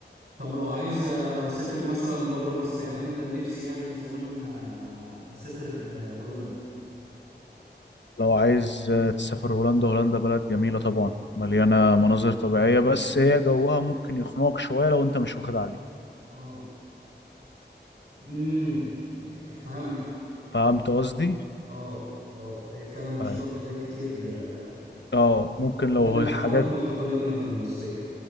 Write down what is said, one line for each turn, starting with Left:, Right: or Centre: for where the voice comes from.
Right: طب لو عايز اسافر مثلا بره مصر يعني انا كان نفسي يعني من زمان آه، اسافر آه، هولندا
Left: لو عايز آه، تسافر هولندا هولندا بلد جميلة طبعا مليانة مناظر طبيعية بس هي جوها ممكن يخنقك شوية لو انت مش واخد عليه
Right: اه امم فهمت
Left: فهمت قصدي؟
Right: اه اه هي فعلا مشهورة
Left: ايوه
Right: بحاجات كتير آه،
Left: اه ممكن
Right: تخالف
Left: لو هي حاجات
Right: عاداتنا وتقاليدنا المصرية